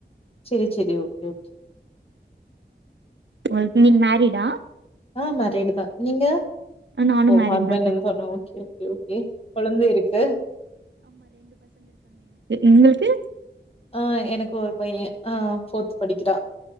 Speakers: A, on the left (about 30°); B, on the right (about 80°).
A: செரி செரி ஓகே ஓகே
B: உ ளுக்கு நீங்க மேரிடா
A: ஆ மேரிடு தான் நீங்க
B: நானு
A: ஓ
B: மேரிட்
A: ஹஸ்பண்ட்
B: தாங்க
A: என்ன சொன்ன ஓகே ஓகே ஓகே கொழந்த இருக்கு
B: எங்களுக்கு
A: ஹா எனக்கு ஒரு பையன் ஹா போர்த் படிக்கிறா